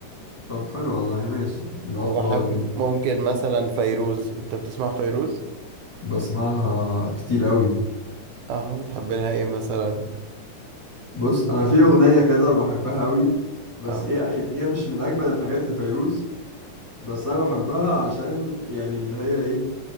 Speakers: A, on the left (about 15°); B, on the right (about 80°).
A: طب حلو والله ماشي الاطلال
B: وبحب
A: دي
B: ممكن مثلا فيروز انت بتسمع فيروز
A: بسمعها كتير قوي
B: اه بتحب لها ايه مثلا
A: بص انا في اغنيه كده بحبها قوي بس
B: اه
A: هي يعني هي مش من اجمل الحاجات لفيروز بس انا بحبها عشان يعني اللي هي ايه